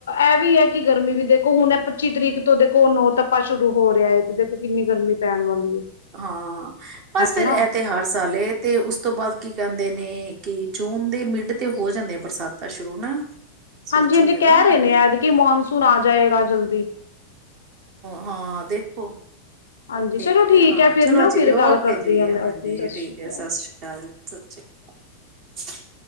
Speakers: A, on the left; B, on the right.
A: ਐ ਵੀ ਹੈ ਕਿ ਗਰਮੀ ਵੀ ਦੇਖੋ ਹੁਣ ਇਹ ਪੱਚੀ ਤਰੀਕ ਤੋਂ ਦੇਖੋ ਨੌਤੱਪਾ ਸ਼ੁਰੂ ਹੋ ਰਿਹਾ ਹੈ ਤੇ ਦੇਖੋ ਕਿੰਨੀ ਗਰਮੀ ਪੈਣ ਵਾਲੀ ਹੈ
B: ਹਾਂ, ਬਸ ਫਿਰ
A: ਹਨਾ
B: ਇਥੇ ਹਰ ਸਾਲ ਐ ਤੇ ਉਸ ਤੋਂ ਬਾਅਦ ਕੀ ਕਹਿੰਦੇ ਨੇ ਕਿ ਜੂਨ ਦੇ ਮਿਡ ਤੇ ਹੋ ਜਾਂਦੇ ਆ ਬਰਸਾਤਾਂ ਸ਼ੁਰੂ ਨਾ ਸੋਚੋ
A: ਹਾਂਜੀ ਹਾਂਜੀ
B: ਜਰਾ
A: ਕਹਿ
B: ਹੋ
A: ਰਹੇ ਨੇ,
B: ਜਾਂਦਾ
A: ਐਦ ਕੀ ਮੌਨਸੂਨ ਆ ਜਾਏਗਾ ਜਲਦੀ ਈ
B: ਹਾਂ ਦੇਖੋ
A: ਹਾਂਜੀ
B: ਦੇਖਦੇ
A: ਚਲੋ ਠੀਕ
B: ਆ, ਹਾਂ
A: ਹੈ ਫਿਰ
B: ਚਲੋ
A: ਨਾ
B: ਜੀ
A: ਫਿਰ
B: ਔਕੇ
A: ਗੱਲ ਕਰਦੀ
B: ਜੀ
A: ਆ ਮੈਂ
B: ਹਾਂਜੀ
A: ਓਕੇ ਸਤਿ
B: ਠੀਕ
A: ਸ਼੍ਰੀ ਅਕਾਲ
B: ਹੈ, ਸਤਿ ਸ਼੍ਰੀ ਅਕਾਲ ਸਤਿ ਸ੍ਰੀ ਅਕਾਲ